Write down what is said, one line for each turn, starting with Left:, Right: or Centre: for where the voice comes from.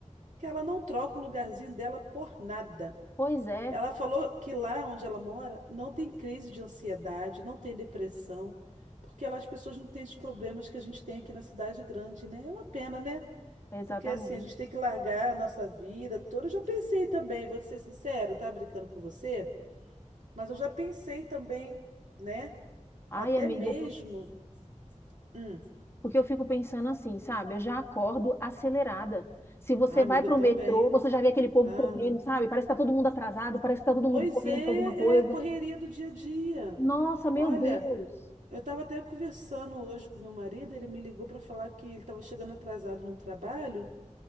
Right: Que ela não troca o lugarzinho dela por nada.
Left: pois é,
Right: Ela falou que lá onde ela mora não tem crise de ansiedade, não tem depressão, porque lá as pessoas não têm os problemas que a gente tem aqui na cidade grande, né? É uma pena, né?
Left: exatamente.
Right: Porque assim, a gente tem que largar a nossa vida toda. Eu já pensei também, vou te ser sincero, tá brincando com você, mas eu já pensei também, né?
Left: Ai,
Right: Até
Left: amiga,
Right: mesmo.
Left: por-
Right: Hum.
Left: porque eu fico pensando assim, sabe? Eu já acordo acelerada. Se você
Right: Ah, amiga,
Left: vai pro
Right: eu também.
Left: metrô, você já vê aquele povo
Right: Ah.
Left: correndo, sabe? Parece que tá todo mundo atrasado, parece que tá todo
Right: Pois
Left: mundo correndo
Right: é,
Left: pra alguma coisa.
Right: é a correria do dia a dia.
Left: Nossa, meu
Right: Olha,
Left: Deus.
Right: eu estava até conversando hoje com meu marido, ele me ligou para falar que ele estava chegando atrasado no trabalho